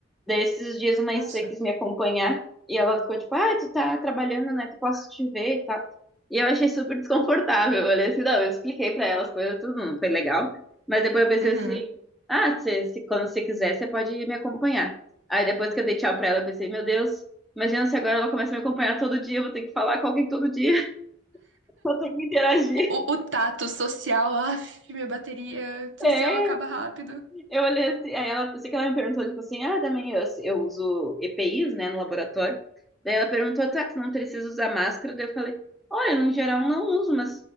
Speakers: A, in the centre; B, on the right.
A: Daí, esses dias, uma
B: Nossa.
A: IC quis me acompanhar e ela ficou tipo, ah, tu tá trabalhando, né? Tu posso te ver e tal. E eu achei super desconfortável. Eu olhei assim, não, eu expliquei para elas, foi tudo, não foi legal. Mas depois eu pensei
B: Uhum.
A: assim, ah, se, se- quando você quiser, você pode me acompanhar. Aí depois que eu dei tchau pra ela, eu pensei, meu Deus, imagina se agora ela começa a me acompanhar todo dia, eu vou ter que falar com alguém todo dia, <laughs> vou ter que interagir.
B: O, o tato social, <laughs> af, minha bateria social
A: É,
B: acaba rápido.
A: eu olhei assim, aí ela, eu sei que ela me perguntou, tipo assim, ah, também eu, eu uso EPIs, né, no laboratório. Daí ela perguntou, tá, tu não precisa usar máscara? Daí eu falei, olha, no geral não uso, mas